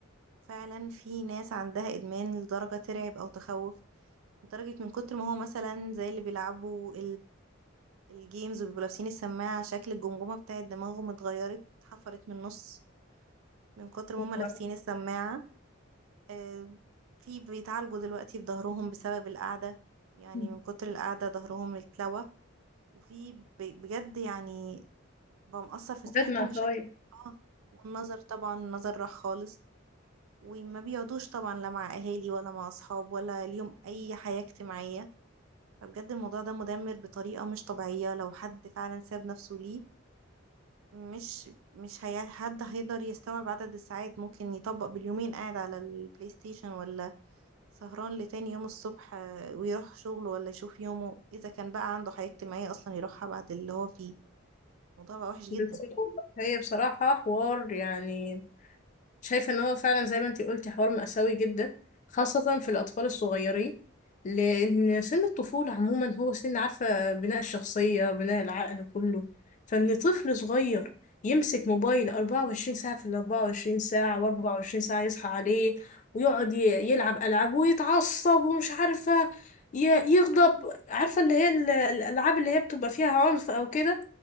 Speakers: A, on the right; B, on the left.
A: فعلا في ناس عندها ادمان لدرجه ترعب او تخوف لدرجة من كتر ما هو مثلا زي اللي بيلعبوا الجيمز وبيبقوا لابسين السماعة شكل الجمجمة بتاعت دماغهم اتغيرت اتحفرت من النص من كتر ما
B: <laughs>
A: هما لابسين السماعة آه، في بيتعالجوا دلوقتي في ظهرهم بسبب القعدة يعني
B: مم.
A: من كتر القعدة ظهرهم اتلوى وفي ب- بجد يعني بقى مأثر في
B: حاجات
A: صحتهم
B: مأساوية
A: بشكل اه والنظر طبعا النظر راح خالص وما بيقعدوش طبعا لا مع أهالي ولا مع أصحاب ولا ليهم أي حياة اجتماعية فبجد الموضوع ده مدمر بطريقة مش طبيعية لو حد فعلا ساب نفسه ليه مش مش هي حد هيقدر يستوعب عدد الساعات ممكن يطبق باليومين قاعد على البلاي ستيشن ولا سهران لتاني يوم الصبح آه، ويروح شغله ولا يشوف يومه إذا كان بقى عنده حياة اجتماعية أصلا يروحها بعد اللي هو فيه الموضوع بقى وحش جدا
B: بس هي بصراحة حوار يعني شايفة ان هو فعلا زي ما انتي قلتي حوار مأساوي جدا خاصة في الأطفال الصغيرين لأن سن الطفولة عموما هو سن عارفة بناء الشخصية بناء العقل كله فإن طفل صغير يمسك موبايل 24 ساعة في ال 24 ساعة و24 ساعة يصحى عليه ويقعد ي- يلعب ألعاب ويتعصب ومش عارفة ي- يغضب عارفة اللي هي ال- الألعاب اللي هي بتبقى فيها عنف أو كده